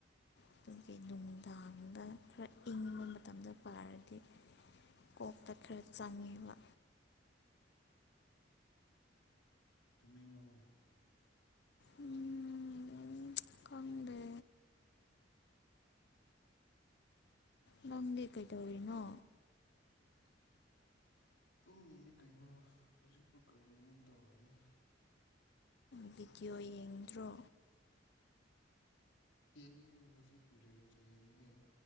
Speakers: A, on the left; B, on the left.
A: ꯑꯗꯨꯒꯤ ꯅꯨꯡꯗꯥꯡꯗ ꯈꯔ ꯏꯪꯕ ꯃꯇꯝꯗ ꯄꯥꯔꯗꯤ ꯀꯐ ꯇ ꯈꯔ ꯆꯥꯃꯤꯕ
B: ꯇꯨꯝꯅꯤꯡꯉꯥꯕꯣ
A: ꯎꯝ ꯈꯪꯗꯦ ꯅꯪꯗꯤ ꯀꯩꯗꯧꯔꯤꯅꯣ
B: <inaudible> <unintelligible> ꯇꯨꯝꯃꯤꯅꯤ ꯀꯩꯅꯣ ꯍꯧ ꯖꯤꯛꯄꯨ ꯀꯔꯤ ꯑꯃꯨꯛ ꯇꯧꯔꯅꯤ
A: ꯚꯤꯗꯤꯑꯣ ꯌꯦꯡꯗ꯭ꯔꯣ
B: ꯌꯦꯡꯉꯦ ꯍꯧꯖꯤꯛ ꯔꯤꯜꯁ ꯌꯦꯡꯉꯦ